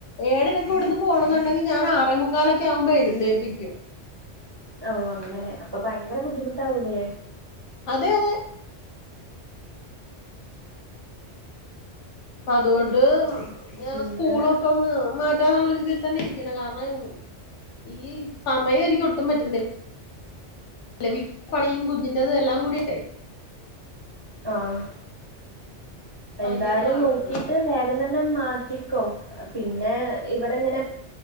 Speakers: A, on the left; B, on the right.
A: ഏഴരക്ക് ഇവട്ന്ന് പോണം എന്നുണ്ടെങ്കി ഞാൻ ആറേ മുക്കാലൊക്കെ ആവുമ്പോ എഴുന്നേപ്പിക്കും
B: ഓ അങ്ങനെ അപ്പൊ ഭയങ്കര ബുദ്ധിമുട്ടാവൂലേ
A: അതെ അതെ അപ്പൊ അതുകൊണ്ട്
B: എന്ത് ചെയ്യാ?
A: ഞാൻ
B: പിന്നെ
A: സ്കൂള് വിട്ട് വന്ന് മാ റ്റാനുള്ള രീതിയിൽ തന്നെ ഇരിക്ക്ണേ കാരണം ഈ സമയെനിക്ക് ഒട്ടും പറ്റുന്നി ല്ല വീട്ട് പണീ കുഞ്ഞിന്റെതല്ലാം കൂടിയിട്ടെ
B: ആഹ് എന്തായാലും
A: ഭയങ്കര പാടാണ്
B: നോക്കിട്ട് വേഗം തന്നെ മാറ്റിക്കോ പിന്നെ ഇവടെങ്ങനെ